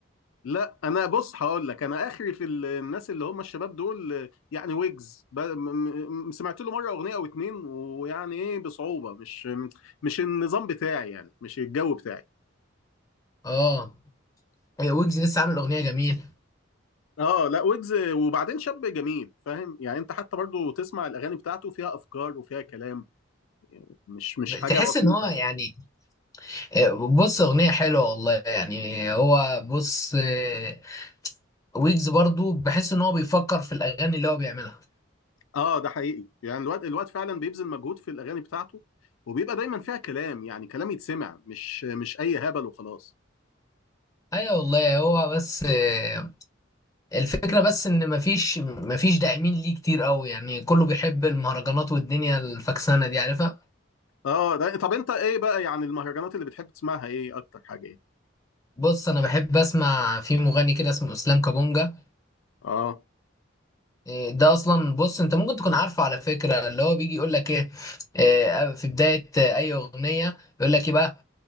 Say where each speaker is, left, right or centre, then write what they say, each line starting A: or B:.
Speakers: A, on the left; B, on the left.
A: لا انا بص هقول لك انا اخري في ال- الناس اللي هم الشباب دول آه، يعني ويجز ب- م- م- سمعت له مره اغنيه او اتنين ويعني ايه بصعوبه مش مش النظام بتاعي يعني مش الجو بتاعي
B: اه إيه، ويجز لسه عامل اغنيه جميله
A: اه لا ويجز وبعدين شاب جميل فاهم يعني انت حتى برضو تسمع الاغاني بتاعته فيها افكار وفيها كلام مش مش
B: ب-
A: حاجه
B: تحس
A: بسيطه
B: ان هو يعني
A: يعني
B: إيه، بص اغنيه حلوه والله يعني هو بص إيه، ويجز برضو بحس ان هو بيفكر في الاغاني اللي هو بيعملها
A: اه ده حقيقي يعني الواد الواد فعلا بيبذل مجهود في الاغاني بتاعته وبيبقى دايما فيها كلام يعني كلام يتسمع مش مش اي هبل وخلاص
B: ايوه والله هو بس آه، الفكره بس ان مفيش مفيش داعمين ليه كتير قوي يعني كله بيحب المهرجانات والدنيا الفكسانه دي عارفها
A: اه ده طب انت ايه بقى يعني المهرجانات اللي بتحب تسمعها ايه اكتر حاجه ايه
B: بص انا بحب اسمع في مغني كده اسمه اسلام كابونجا
A: اه
B: إيه ده اصلا بص انت ممكن تكون عارفه على فكره اللي هو بيجي يقول لك ايه إيه، في بدايه اي اغنيه يقول لك ايه بقى